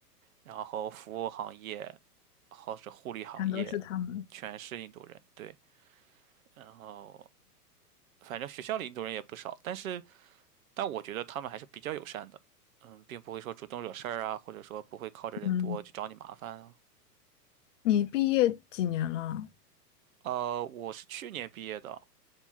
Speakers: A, on the right (about 60°); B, on the left (about 50°).
A: 然后服务行业，或者护理行业，
B: 全都是他们。
A: 全是印度人。对，然后反正学校里印度人也不少，但是但我觉得他们还是比较友善的，嗯，并不会说主动惹事儿啊，或者说不会靠着人多去找你麻烦啊。
B: 嗯，你毕业几年了？
A: 呃，我是去年毕业的，